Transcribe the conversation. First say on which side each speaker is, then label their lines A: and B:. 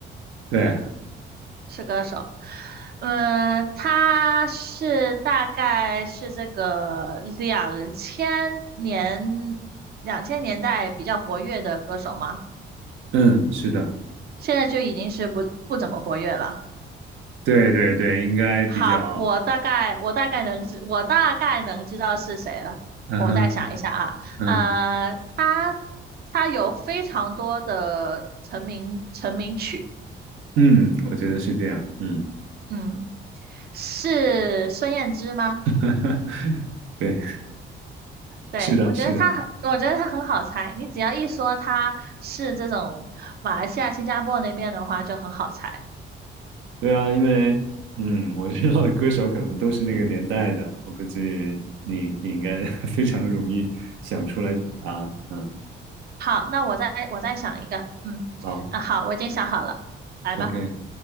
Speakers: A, on the right; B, on the right.
A: 对，
B: 是歌手。嗯，他是大概是这个两千年两千年代比较活跃的歌手吗？
A: 嗯，是的，
B: 现在就已经是不不怎么活跃了。
A: 对对对，应该比较，
B: 好，我大概我大概能知我大概能知道是谁了。
A: 嗯哼，
B: 我再想一下啊，
A: 嗯
B: 呃，他他有非常多的成名成名曲，
A: 嗯，我觉得是这样，嗯，
B: 嗯，是孙燕姿吗？
A: <laughs> 对，
B: 对，
A: 是的，
B: 我觉得他很，
A: 是的。
B: 我觉得他很好猜。你只要一说他是这种马来西亚、新加坡那边的话，就很好猜。
A: 对啊，因为嗯，我知道的歌手可能都是那个年代的，我估计你你应该 <laughs> 非常容易想出来啊，嗯，
B: 好，那我再我再想一个，嗯，
A: 好
B: 啊，好，我已经想好了，来吧，
A: ，OK，